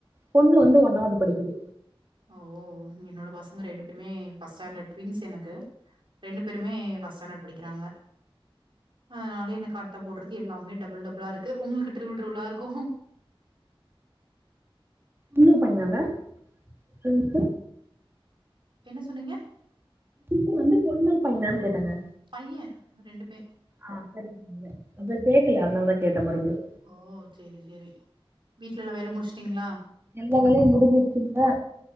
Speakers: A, on the right; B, on the right.
A: பொண்ணு வந்து ஒன்னாவது படிக்குது
B: ஓ என்னோட பசங்க ரெண்டு பேருமே ஃபார்ஸ்டாண்டர்ட் டுவின்ஸ் எனக்கு ரெண்டு பேருமே ஃபர்ஸ்ட் ஸ்டாண்டட் படிக்கிறாங்க அதனால எனக் அட் அட்ட போட்றது எல்லாமே டபுள் டபுளா இருக்கு உங்களுக்கு ரிபுள் ரிபுளா இருக்கு
A: உங்க பையனாங்க டுவின்ஸு
B: என்ன சொன்னீங்க
A: டுவின்ஸ்ஸு வந்து பொண்ணா பையனான்னு கேட்டங்க
B: பைய ரெண்டுமே
A: ஆ சரிங்க அதா கேக்கல அதனால தா கேட்ட மறுபடியு
B: ஓ செரி செரி வீட்ல எல்லா வேல முடிச்சிட்டீங்ளா
A: எல்லா வேலையு முடிஞ்சிச்ங்க